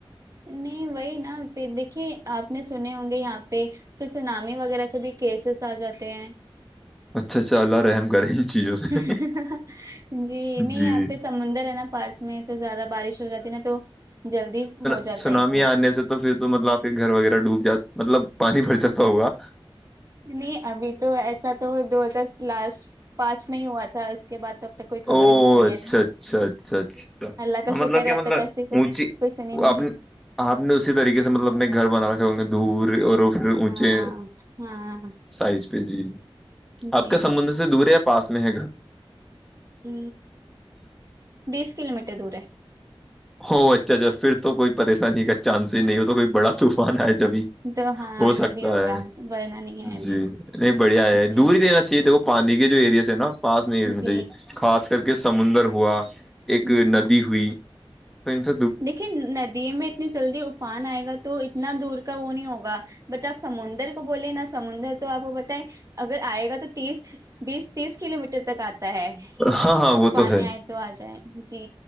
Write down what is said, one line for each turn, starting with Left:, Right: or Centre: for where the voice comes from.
Right: نہیں وہی نا پھر دیکھیے آپ نے سنے ہوں گے یہاں پہ پھر سنامی وغیرہ کے بھی کیسز آ جاتے ہیں
Centre: اچھا اچھا اللہ رحم کرے ان چیزوں سے
Right: جی نہیں
Centre: جی
Right: آپتے سمندر ہے نا پاس میں تو زیادہ بارش ہو جاتی نا تو جلدی ہو
Centre: سناامی
Right: جاتا ہے یہ سب
Centre: آنے سے تو پھر تو مطلب آپ کے گھر وغیرہ ڈوب جات مطلب پانی بھر جاتا ہوگا
Right: نہیں ابھی تو ایسا تو دو ہزار لاسٹ پانچ میں ہی ہوا تھا اس کے بعد تب تو کوئی خبر
Centre: او
Right: نہیں سنیچھی
Centre: اچھا اچھا اچھا اچھا
Right: اللہ کاشو
Centre: ہاں مطلب
Right: کرے
Centre: کیا
Right: آپ
Centre: مطلب
Right: تو ک سو
Centre: اونچی
Right: پس نہیں نہیںری
Centre: آپ نے آپ نے اسی طریقے سے مطلب اپنے گھر بنا رکھے ہوں گے دور اور پھر اونچے
Right: ہاں ہاں
Centre: سائز پہ جی جی
Right: جی
Centre: آپ کا سمندر سے دور ہے یا پاس میں ہے گھر
Right: ہ بیس کلو میٹر دور
Centre: ہو اچھا اچھا پھر تو کوئی پریشانی کا چانس ہی نہیں ہو تو کوئی بڑا طوفان ہے جبھی
Right: تو ہاں
Centre: ہو
Right: تبھی
Centre: سکتا
Right: ہوگا
Centre: ہے
Right: ورنہ نہیں ہے ابھی
Centre: جی نہیں بڑھیا ہے
Right: جی
Centre: دوری دینا چاہیے تو وہ پانی کے جو ایریاز ہیں نا پاس نہیں رہنے
Right: جی
Centre: چاہیے خاص کر کے سمندر ہوا ایک
Right: ہ
Centre: ندی ہوئی تو ان س
Right: دیکھیے ندی میں اتنی جلدی افان آئے گا تو اتنا دور کا وہ نہیں ہوگا بٹ آپ سمندر بولے نا سمندر تو آپ کو بتیں اگر آئے گا تو تیس بیس تیس کلو میٹر تک آتا ہے
Centre: ہاں ہاں وہ
Right: پانی
Centre: تو ہے
Right: آئے تو آ جائے جی